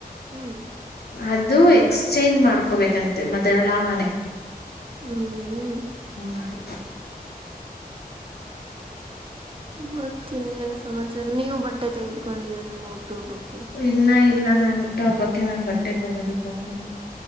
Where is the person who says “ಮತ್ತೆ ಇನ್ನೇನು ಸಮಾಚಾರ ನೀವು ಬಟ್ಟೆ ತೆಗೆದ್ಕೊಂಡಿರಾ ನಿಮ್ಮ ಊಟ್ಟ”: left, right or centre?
Right